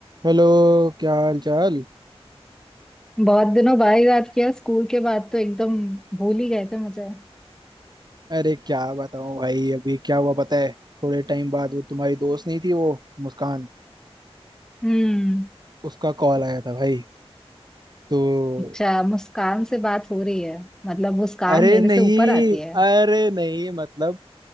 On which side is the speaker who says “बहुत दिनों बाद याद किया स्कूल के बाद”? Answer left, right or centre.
Centre